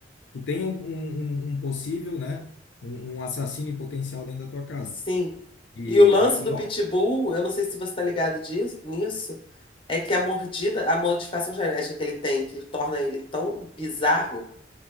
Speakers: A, on the left; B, on the left.
A: tu tem um, um, um- um possível, né? Um, um assassino em potencial dentro da tua casa.
B: sim.
A: E,
B: E o lance
A: e,
B: do
A: e, ó,
B: pitbull, eu não sei se você está ligado disso, nisso, é que a mordida, a modificação genética que ele tem, que torna ele tão bizarro,